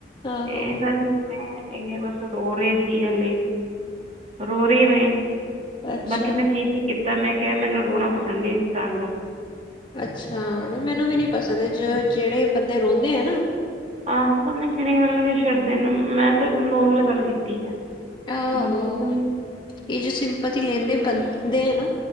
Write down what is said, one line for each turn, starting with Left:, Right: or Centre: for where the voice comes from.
Left: ਆਹੋ
Right: ਇਹ ਤਾਂ ਠੀਕ ਨੇ। ਐ ਬਸ ਰੋਰੇ ਸੀ ਹਲੇ। ਰੋ ਰਹੇ ਨੇ,
Left: ਅੱਛਾ
Right: ਬਾਕੀ ਮੈਂ ਸੀਨ ਨੀ ਕੀਤਾ, ਮੈਂ ਕਿਹਾ ਮੈਨੂੰ ਰੋਣਾ ਪਸੰਦ ਨਹੀਂ ਇਨਸਾਨ ਦਾ।
Left: ਅੱਛਾ ਮੈਨੂੰ ਵੀ ਨੀ ਪਸੰਦ ਜਿਹੜੇ ਬੰਦੇ ਰੋਂਦੇ ਆ ਨਾ
Right: ਆਹੋ, ਪਤਾ ਨਹੀਂ ਕਿਹੜੀਆਂ ਗੱਲ ਛਿਡਦੇ ਨੇ ਮੈਂ ਤੇ ਨੋਰਮਲ ਗੱਲ ਕੀਤੀ ਆ।
Left: ਆਹੋ,
Right: ਬਾਕੀ ਇਹਨਾਂ ਨੇ
Left: ਇਹ ਜੋ ਸਿੰਪਤੀ ਲੈਂਦੇ ਬਣਦੇ ਹੈ ਨਾ।